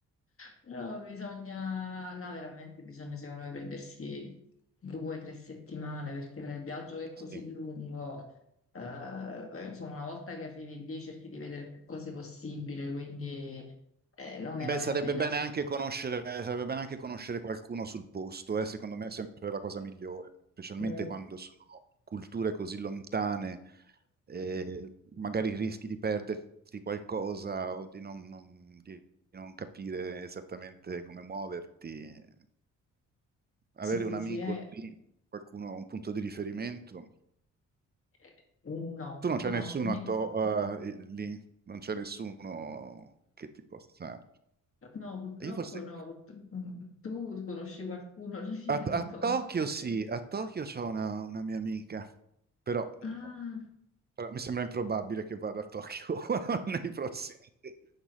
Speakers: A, on the left; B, on the right.
A: Però bisogna, là veramente bisogna secondo me prendersi due o tre settimane perché tra il viaggio che è così
B: Sì.
A: lungo, eh, insomma una volta che arrivi lì cerchi di vedere più cose possibile, quindi eh, non ne
B: Beh,
A: vale
B: sarebbe
A: la pena.
B: bene
A: Sì,
B: anche conoscere, sarebbe bene anche conoscere qualcuno sul posto, eh, Secondo me è sempre la cosa migliore, specialmente
A: Mm,
B: quando sono culture così lontane, eh, magari rischi di perderti qualcosa o di non, non- di non capire esattamente come muoverti. Eh, avere
A: sì, sì,
B: un amico
A: sì, eh,
B: lì, qualcuno, un punto di riferimento.
A: eh, no,
B: Tu non c'è
A: no,
B: nessuno
A: <laughs>
B: a to- eh, lì, non c'è nessuno che ti possa...
A: no, purtroppo
B: Io forse...
A: no, purtroppo no. Tu conosci qualcuno <laughs> alla fine
B: A, a
A: di Torre?
B: Tokyo sì, a Tokyo c'ho una, una mia amica, però
A: Ah,
B: no, però mi sembra improbabile che vada a Tokyo <laughs> nei prossimi,